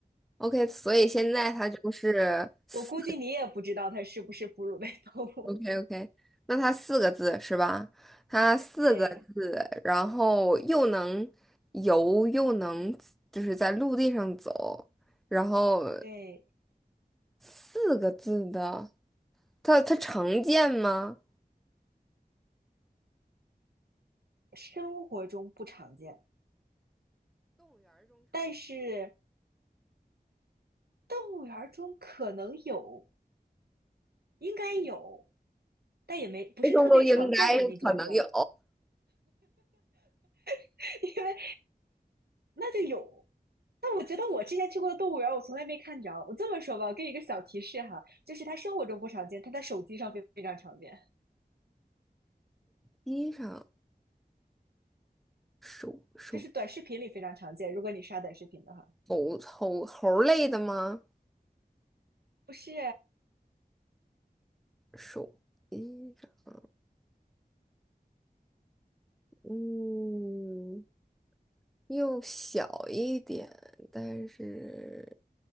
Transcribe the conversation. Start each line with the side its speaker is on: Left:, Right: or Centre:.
Centre: ？OK，所以现在它就是四
Right: 我估计你也不知道它是不是哺乳类动物。
Centre: ，OK OK，那它四个字是吧？它四个字，
Right: <laughs> 对
Centre: 然后又能游又能就是在陆地上走，然后
Right: 对，
Centre: 四个字的，它它常见吗？
Right: 生活中不常见。但是动物园儿中可能有，应该有，但也没不是特别常见的那种有，
Centre: 种都应该可能有，
Right: <laughs> 因为那就有。但我觉得我之前去过的动物园儿，我从来没看着。我这么说吧，我给你一个小提示哈，就是它生活中不常见，它在手机上非非常常见，
Centre: 地上手手
Right: 就是短视频里非常常见。如果你刷短视频的话，
Centre: 猴猴猴类的吗？
Right: 不是
Centre: 手地上，嗯。又小一点，但是